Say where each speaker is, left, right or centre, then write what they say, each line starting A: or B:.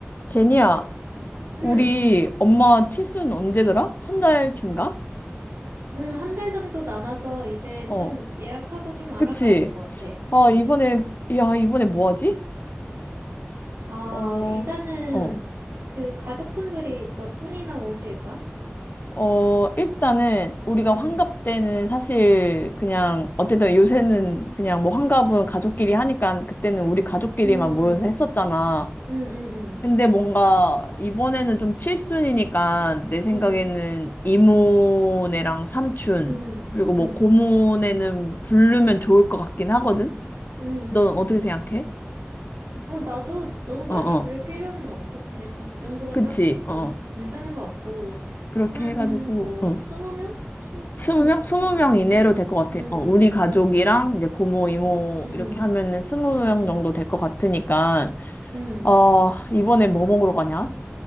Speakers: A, on the left (about 45°); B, on the right (about 85°).
A: 제니야,
B: 응,
A: 우리 엄마 칠순 언제더라? 한 달 뒤인가?
B: 응, 한 달 정도 남아서 이제
A: 어,
B: 좀 예약하고 좀 알아봐야
A: 그치?
B: 될 것 같아.
A: 아,
B: 어.
A: 이번에, 야, 이번에 뭐 하지?
B: 아,
A: 어,
B: 일단은
A: 어,
B: 그 가족분들이 몇 분이나 오실까?
A: 어, 일단은 우리가
B: 응,
A: 환갑 때는 사실 그냥, 어쨌든 요새는 그냥 뭐 환갑은 가족끼리 하니까 그때는 우리 가족끼리만
B: 응,
A: 모여서 했었잖아.
B: 응, 응,
A: 근데 뭔가 이번에는 좀 칠순이니까 내 생각에는
B: 응,
A: 이모네랑 삼촌
B: 응,
A: 그리고
B: 응,
A: 뭐
B: 응,
A: 고모네는 부르면 좋을 것 같긴 하거든.
B: 응. 응.
A: 넌 어떻게 생각해?
B: 어, 나도 너무 많이
A: 어 어.
B: 부를 필요는 없고, 그냥 그 정도가
A: 그치?
B: 딱 괜,
A: 어. 어.
B: 괜찮은 것 같고,
A: 그렇게
B: 그만
A: 해가지고
B: 뭐,
A: 어.
B: 스무 명? 스무
A: 스무
B: 명에서
A: 명?
B: 스물다섯
A: 스무 명 이내로
B: 명?
A: 될 것 같아.
B: 응,
A: 어, 우리 가족이랑
B: 응, 응,
A: 이제 고모, 이모
B: 응,
A: 이렇게 하면은 스무
B: 응,
A: 명
B: 응.
A: 정도 될 것 같으니까
B: 음.
A: 어, 이번에 뭐 먹으러 가냐?